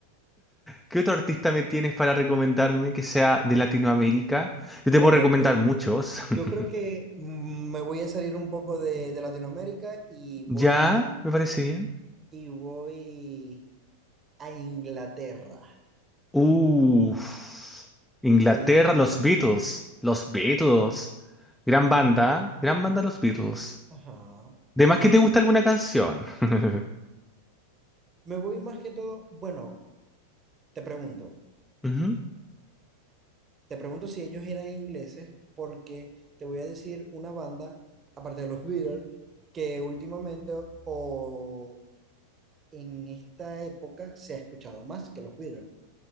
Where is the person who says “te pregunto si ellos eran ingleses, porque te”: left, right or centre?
Right